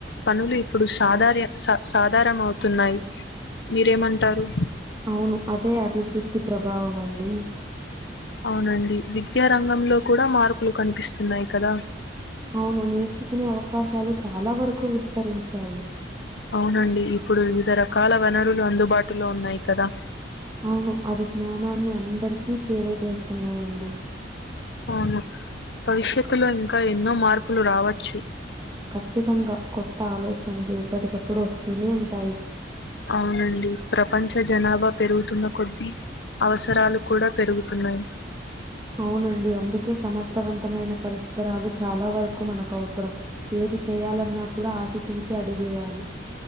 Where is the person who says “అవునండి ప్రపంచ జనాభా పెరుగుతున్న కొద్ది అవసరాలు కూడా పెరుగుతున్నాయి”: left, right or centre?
Left